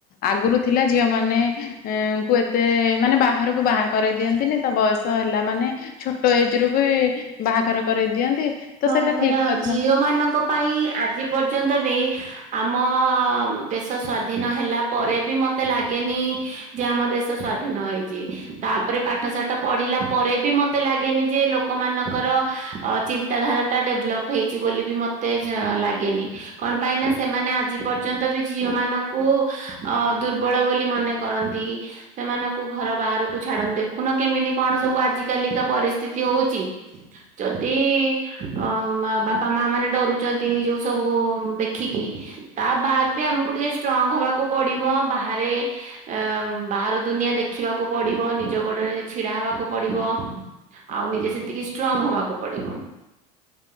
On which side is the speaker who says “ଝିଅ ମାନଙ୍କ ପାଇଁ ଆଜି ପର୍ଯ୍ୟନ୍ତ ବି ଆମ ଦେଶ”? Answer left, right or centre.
Right